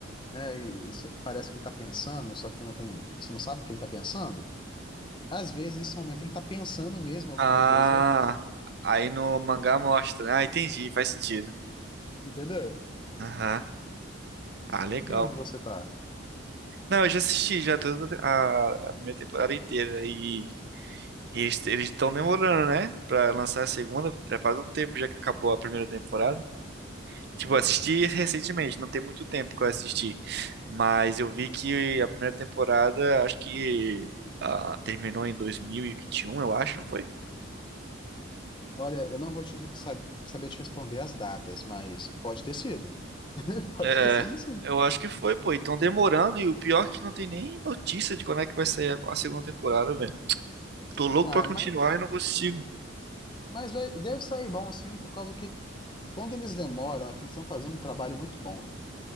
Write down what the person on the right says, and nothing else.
Ah,
aí no mangá mostra, né? Ah, entendi, faz sentido.
Aham. Ah, legal.
Não, eu já assisti já toda a, a primeira temporada inteira e, e eles eles estão demorando, né? Pra lançar a segunda. Já faz um tempo já que acabou a primeira temporada. Tipo,
eu assisti recentemente, não tem muito tempo que eu assisti. Mas eu vi que a primeira temporada, acho que ah, terminou em 2021, eu acho, não foi?
É,
eu acho que foi, pô. E tão demorando, e o pior é que não tem nem notícia de quando é que vai sair a segunda temporada, velho. Tô louco
pra continuar
e não consigo.